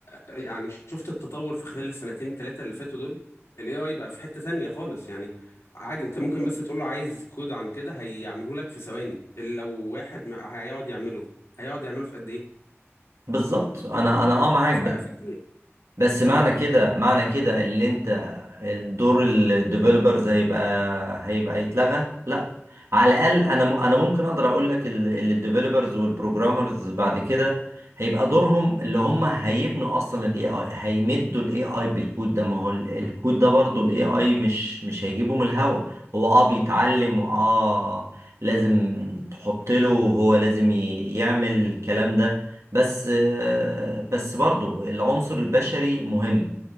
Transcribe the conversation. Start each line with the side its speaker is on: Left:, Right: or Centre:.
Left: يعني شفت التطور في خلال السنتين ثلاثه اللي فاتوا دول الاي اي بقى في حته تانية خالص يعني عادي انت ممكن بس تقول له عايز كود عن كده هيعمله لك في ثواني اللي لو واحد ما- هيقعد يعمله هيقعد يعمله في قد ايه
Right: بالظبط انا انا اه معاك
Left: ف- فكتير
Right: بس معنى كده معنى كده اللي انت الدور الديفلوبرز هيبقى هيبقى يتلغى لا على الاقل انا م- انا ممكن اقدر اقول لك الديفلوبرز والبروجرامرز بعد كده هيبقى دورهم اللي هم هيبنوا اصلا الاي اي هيمدوا الاي اي بالكود ده ما هو ال- الكود ده برضو الاي اي مش مش هيجيبه من الهوا هو اه بيتعلم واه لازم تحط له هو لازم ي- يعمل الكلام ده بس آه، بس برضو العنصر البشري مهم